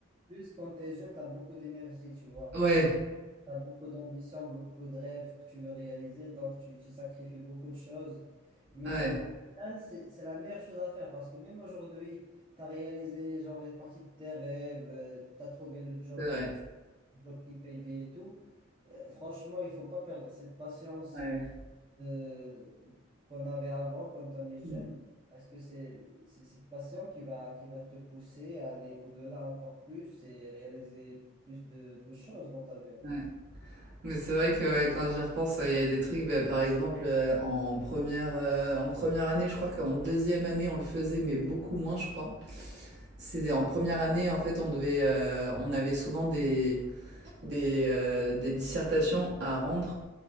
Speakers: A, on the right (about 25°); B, on the right (about 55°).
A: plus, quand t'es jeune, t'as beaucoup d'énergie, tu vois.
B: Ouais,
A: T'as beaucoup d'ambition, beaucoup de rêves que tu veux réaliser, donc tu, tu sacrifies beaucoup de choses. Mais
B: ouais,
A: au final, c'est, c'est la meilleure chose à faire parce que même aujourd'hui, t'as réalisé genre une partie de tes rêves, euh, t'as trouvé le job,
B: c'est vrai.
A: tu, le job qui paye bien et tout. Euh, franchement, il faut pas perdre cette patience.
B: Ouais.
A: euh, qu'on avait avant quand on est
B: Mm.
A: jeune. Parce que c'est c'est cette passion qui va, qui va te pousser à aller au-delà encore plus et réaliser plus de, de choses dans ta vie, en fait.
B: Ouais. Mais c'est vrai que ouais, quand j'y repense, euh, il y a des trucs, bah, par exemple, euh, en première, euh, en première année, je crois qu'en deuxième année, on le faisait, mais beaucoup moins, je crois. C'est en première année, en fait, on devait, euh, on avait souvent des, des, euh, des dissertations à rendre.